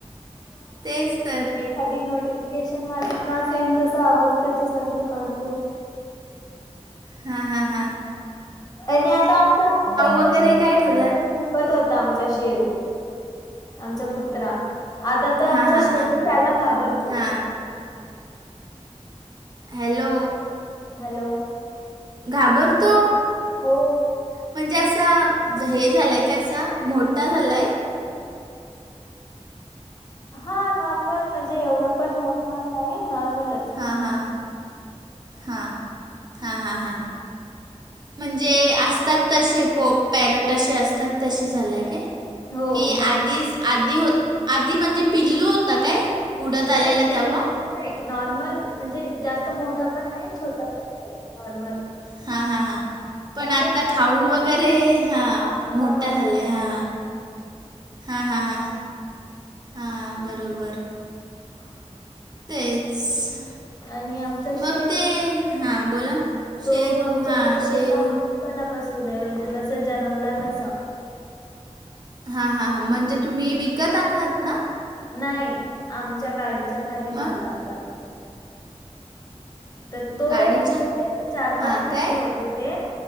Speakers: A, on the right; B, on the left.
A: तेच तर.
B: कधी नोटिफिकेशन वाजली का? सेम तसा आवाज त्याच्यासारखं कढतो.
A: हा हा हा.
B: आणि आता आमचा, पहिल्या
A: वगैरे
B: शेरू
A: काय
B: त्याच्यावर
A: ठेवलात?
B: भूक कत होता. आमचा शेरू. आमचा कुत्रा. आता त, आमचा
A: हां, हां,
B: शेरू
A: हां.
B: त्याला घाबरतो.
A: हां. हॅलो.
B: हॅलो.
A: घाबरतो.
B: हो
A: म्हणजे असा, हे झालंय काय असा. मोठ ठा झालंय.
B: हा नॉर्मल, म्हणजे एवढं पण मोठा नाही. नॉर्मलच.
A: हा हां. हां. हां, हां, हां. म्हणजे असतात तसे. पोप पॅरट असे असतात तसे झालाय काय?
B: हो
A: की
B: मो-
A: आधीच, आधी हो आधी म्हणजे पिल्लू होता काय? उडत आलेला
B: नाही पिल्लू
A: तेव्हा?
B: नाही नॉर्मल. म्हणजे जास्त मोठा पण नाही. छोटा पण नाही. नॉर्मल.
A: हा, हा, हा. पण आता
B: तो मोठा
A: खाऊन
B: झाला
A: वगैरे, हा
B: आता
A: मोठा
B: वाढला
A: झालाय. हा. हां, हां, हां. हां बरोबर.
B: <unintelligible>
A: तेच.
B: आणि आमचा शेरू
A: मग ते, हां बोला.
B: तो
A: शेरू
B: आमच्याकडे
A: हां शेरू
B: लहानपणापासूने. म्हणजे जस जन्मला तसा.
A: हा, हा, हां. म्हणजे तुम्ही विकत आणलात ना.
B: नाही. आमच्या गाडीच्या खाली झाला
A: मग
B: होता तो. तर तो
A: गाडीच्या
B: मुगे चार
A: हां
B: पाच पिंल्ल
A: काय
B: होते ते.